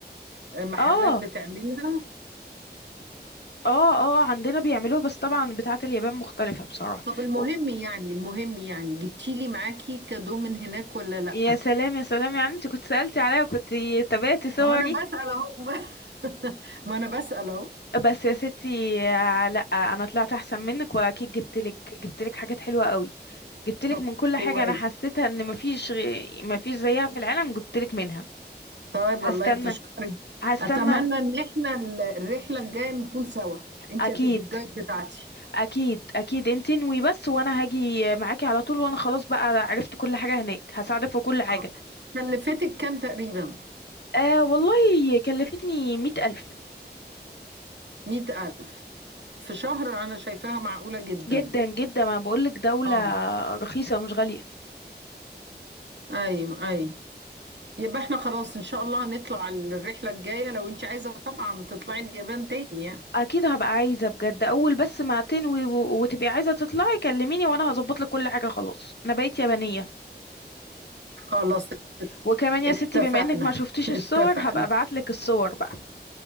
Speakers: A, on the right (about 85°); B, on the left (about 70°).
A: آه، محلات
B: اه
A: بتعملها
B: اه اه عندنا بيعملوها بس طبعا بتاعة اليابان مختلفة بصراحة
A: طب المهم
B: و-
A: يعني المهم يعني جبتيلي معاكي كادو من هناك ولا لأ
B: يا سلام يا سلام يعني انت كنت سألتي عليا وكنت تابعتي صوري
A: ما هو انا بسأل اهو <laughs> ما انا بسأل اهو
B: بس يا ستي آه، لا انا طلعت احسن منك واكيد جبت لك جبت لك حاجات حلوه قوي جبت لك
A: طب
B: من كل
A: كويس
B: حاجه انا حسيتها ان مفيش غي... مفيش زيها في العالم جبت لك منها
A: طيب
B: هستنى
A: والله تشكري
B: هستنى
A: اتمنى ان احنا ال- الرحلة الجاية نكون سوا انت
B: اكيد
A: هتبقي الجايد بتاعتي
B: اكيد اكيد انت انوي بس وانا هاجي معاكي على طول وانا خلاص بقى عرفت كل حاجه هناك هساعدك في كل حاجه
A: اه كلفتك كام تقريبا
B: آه والله كلفتني مئة الف
A: مئة ألف في شهر انا شايفاها معقولة جدا
B: جدا جدا ما بقولك دوله
A: اه
B: رخيصه مش غاليه
A: ايوه ايوه يبقى احنا خلاص ان شاء الله هنطلع الرحلة الجاية لو انت عايزة طبعا تطلعي اليابان تاني يعني
B: اكيد هبقى عايزه بجد اول بس ما تنوي و- وتبقي عايزه تطلعي كلميني وانا هظبط لك كل حاجه خلاص انا بقيت يابانيه
A: خلاص
B: وكمان يا
A: اتفقنا
B: ستي بما انك ما شفتيش
A: <laughs> اتفقنا
B: الصور هبقى ابعت لك الصور بقى